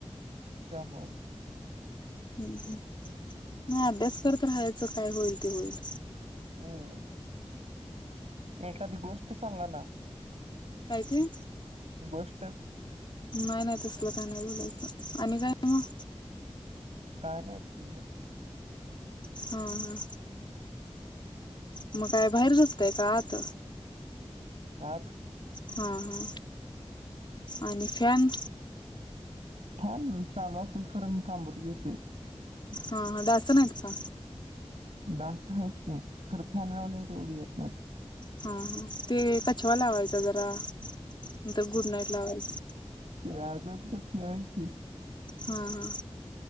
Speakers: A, on the right; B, on the left.
A: त्यामुळं
B: हम्म ह म अभ्यास करत राहायचं काय होईल ते होईल.
A: हम्म एखादी गोष्ट सांगा ना.
B: काय ते.
A: गोष्ट.
B: नाही नाही तसल काय नाही बोलायचं आणि काय मग.
A: काय नाही
B: हा हा मग काय बाहेर झोपताय का आत.
A: आत.
B: हा हा आणि फ्यान
A: फॅन चालू असल खरं मी कामबरू घेतोय.
B: हा ह डास नाहीत का?
A: दास आहेतत की तरर फॅन लावल्यावर एवढी येत नाहीत.
B: हा हा ते कछवा ला हवायचा जरा नई तर गुड नाईट लावज
A: टी अगरबत्ती आहे की
B: हा हा